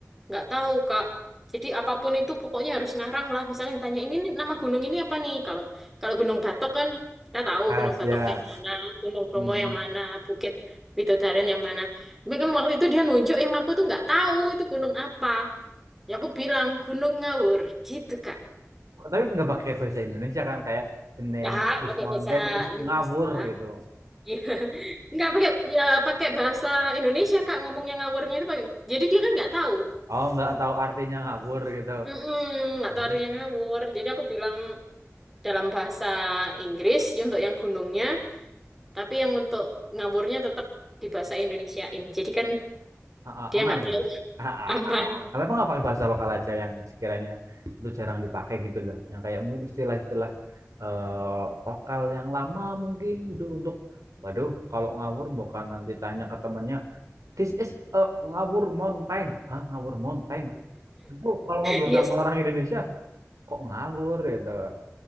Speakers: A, in the centre; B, on the right (about 85°).
A: nggak tahu, Kak. Jadi apapun itu pokoknya harus ngarang lah. Misalnya ditanya ini nih, nama gunung ini apa nih? Kalau kalau Gunung Batok kan kita tahu
B: rahasia
A: Gunung Batok yang mana, Gunung Bromo
B: Hmm.
A: yang mana, Bukit Widodaren yang mana. Tapi kan waktu itu dia nunjuk yang aku tuh nggak tahu itu gunung apa. Ya aku bilang Gunung Ngawur gitu, Kak.
B: tapi nggak pakai bahasa Indonesia kan kayak the name
A: Ya,
B: this
A: pakai
B: mountain
A: bahasa
B: is
A: Inggris,
B: ngabur
A: Kak.
B: gitu
A: Iya. <laughs> Nggak pakai ya pakai bahasa Indonesia, Kak, ngomongnya ngawurnya itu pakai. Jadi dia kan nggak tahu.
B: oh nggak tahu artinya ngabur gitu
A: Mm-mm, nggak
B: Berarti
A: tahu artinya ngawur. Jadi aku bilang dalam bahasa Inggris ya untuk yang gunungnya, tapi yang untuk ngawurnya tetap di bahasa Indonesiain. Jadi kan
B: Ah, ah,
A: dia
B: aman.
A: nggak tahu <laughs>
B: Ah, ah,
A: aman.
B: ah. Kenapa nggak pakai bahasa lokal aja yang sekiranya itu jarang dipakai gitu loh. Yang kayak mungkin istilah-istilah eh, lokal yang lama mungkin gitu untuk Waduh, kalau ngawur bukan nanti tanya ke temennya, this is a ngawur mountain. Hah, ngawur mountain? Itu kalau ngobrol
A: Yes,
B: sama orang Indonesia, kok ngawur gitu.